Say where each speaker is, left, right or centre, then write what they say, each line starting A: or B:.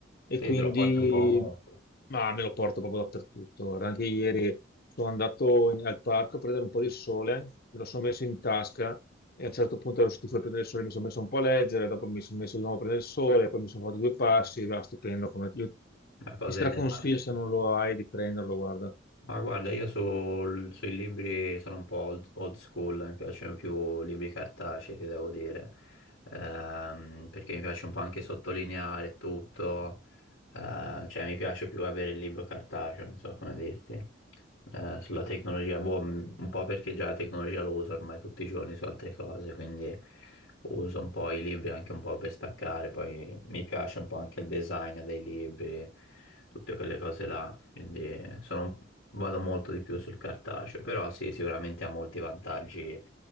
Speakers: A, on the left (about 50°); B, on the left (about 80°).
A: e
B: Sì,
A: quindi
B: te lo porti un po' ovunque,
A: ma me lo porto proprio dappertutto. Guarda, anche ieri sono andato in- al parco a prendere un po' di sole, me lo sono messo in tasca e a un certo punto ero stufo di prendere il sole, mi sono messo un po' a leggere, dopo mi sono messo di nuovo a prendere il sole, poi mi sono fatto due passi, va stupendo. Come... Io
B: la cosa
A: ti straconsiglio
B: ideale.
A: se non lo hai di prenderlo, guarda.
B: Ma guarda, io sul- sui libri sono un po' old, old school, mi piacciono più libri cartacei, ti devo dire, Ehm, perché mi piace un po' anche sottolineare tutto, eh, cioè mi piace più avere il libro cartaceo, non so come dirti. Eh, sulla tecnologia, boh, m- un po' perché già la tecnologia lo uso ormai tutti i giorni su altre cose, quindi uso un po' i libri anche un po' per staccare, poi mi piace un po' anche il design dei libri, tutte quelle cose là, quindi sono, Vado molto di più sul cartaceo, però sì, sicuramente ha molti vantaggi